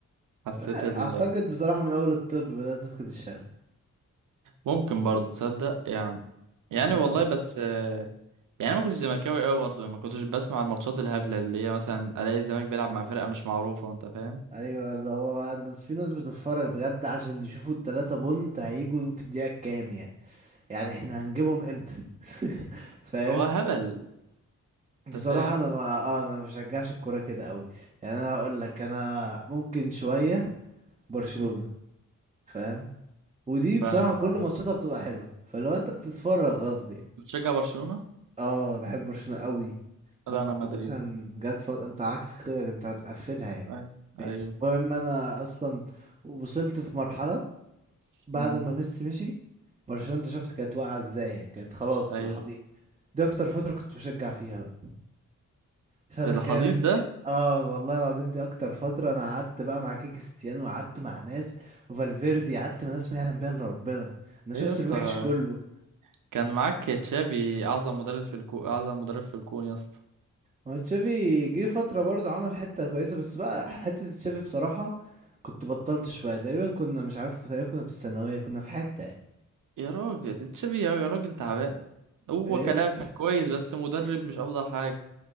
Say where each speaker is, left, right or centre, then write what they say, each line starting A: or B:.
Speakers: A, on the right; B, on the right.
A: حسيت
B: <laughs>
A: ال...
B: اعتقد بصراحه من اول الطب بدات تفقد الشغف
A: ممكن برضو تصدق يعني يعني
B: نعم
A: والله بس آه، يعني ما كنتش زملكاوي قوي برضو ما كنتش بسمع الماتشات الهبله اللي هي مثلا الاقي الزمالك بيلعب مع فرقه مش معروفه انت فاهم
B: ايوه اللي هو بقى الناس في ناس بتتفرج بجد عشان يشوفوا التلاتة بونت هيجوا في الدقيقه الكام يعني يعني احنا هنجيبهم امتى <laughs> فاهم
A: هو هبل انت
B: بصراحة
A: فاهم
B: أنا ما آه أنا ما بشجعش الكورة كده قوي يعني أنا أقول لك أنا ممكن شوية برشلونة
A: امم
B: فاهم ودي بصراحة
A: فاهمك
B: كل
A: اه
B: ماتشاتها بتبقى حلوة فلو أنت بتتفرج غصب يعني
A: بتشجع برشلونه
B: آه بحب برشلونة قوي أنا
A: لا
B: كنت
A: انا مدريد
B: مثلا جات فض... أنت عكس كده أنت بتقفلها يعني
A: أي-
B: ماشي
A: ايوه
B: المهم أنا أصلا وصلت في مرحلة بعد
A: مم.
B: ما ميسي مشي برشلونة أنت شفت كانت واقعة إزاي يعني كانت خلاص
A: ايوه
B: في الحضيض دي أكتر فترة كنت بشجع فيها بقى فانا
A: في الحضيض
B: كاره
A: ده
B: اه والله العظيم دي اكتر فتره انا قعدت بقى مع كيك ستيانو وقعدت مع ناس وفالفيردي قعدت مع ناس ما يعلم بيها الا ربنا انا شفت
A: ايه يا اسطى
B: الوحش كله
A: كان معاك تشافي اعظم مدرس في الكون اعظم مدرب في الكون يا اسطى
B: ما تشافي جه فتره برضو عمل حته كويسه بس بقى حته تشافي بصراحه كنت بطلت شويه تقريبا كنا مش عارف تقريبا كنا في الثانويه كنا في حته يعني.
A: يا راجل تشافي يا يا راجل تعبان هو
B: ايه
A: كلاعب كان كويس بس مدرب مش افضل حاجه